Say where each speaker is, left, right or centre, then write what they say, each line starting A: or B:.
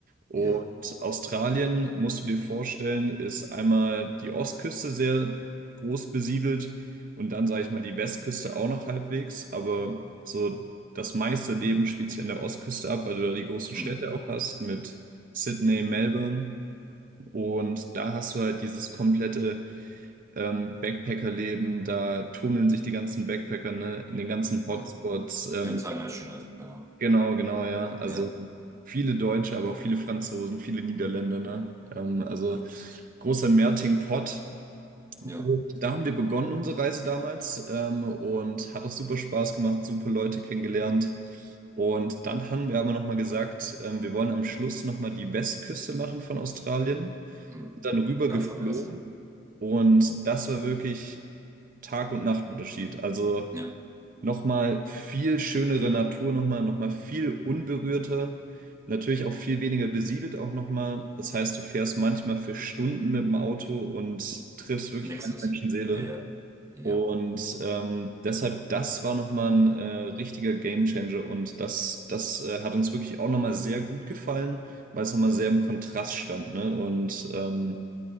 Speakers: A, on the right (about 45°); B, on the right (about 15°).
A: Und
B: ja,
A: Australien, musst du dir vorstellen, ist einmal die Ostküste sehr groß besiedelt und dann, sage ich mal, die Westküste auch noch halbwegs. Aber so das meiste Leben spielt sich an der Ostküste ab, weil du da die großen
B: hm.
A: Städte auch hast mit Sydney, Melbourne. Und da hast du halt dieses komplette ähm, Backpacker-Leben. Da tummeln sich die ganzen Backpacker, ne, in den ganzen Hotspots.
B: Ja.
A: Ähm,
B: International, genau.
A: Genau,
B: Ja,
A: genau, ja. Also
B: ja,
A: viele Deutsche, aber auch viele Franzosen, viele Niederländer, ne? Ähm, also großer Melting Pot.
B: ja.
A: Und da haben wir begonnen unsere Reise damals ähm, und hat auch super Spaß gemacht, super Leute kennengelernt. Und dann haben wir aber nochmal gesagt, ähm, wir wollen am Schluss nochmal die Westküste machen von Australien,
B: Hm.
A: dann rüber
B: Ganz
A: geflogen
B: anders. Ne?
A: und
B: Hm.
A: das war wirklich Tag- und Nachtunterschied. Also
B: Ja,
A: nochmal viel schönere Natur, nochmal nochmal viel unberührter, natürlich auch viel weniger besiedelt auch nochmal. Das heißt, du fährst manchmal für Stunden mit dem Auto und triffst wirklich
B: nächstes.
A: keine Menschenseele.
B: Ja, ja.
A: Und ähm, deshalb, das war nochmal ein äh, richtiger Gamechanger und das, das äh, hat uns wirklich auch nochmal sehr gut gefallen, weil es nochmal sehr im Kontrast stand, ne? Und ähm,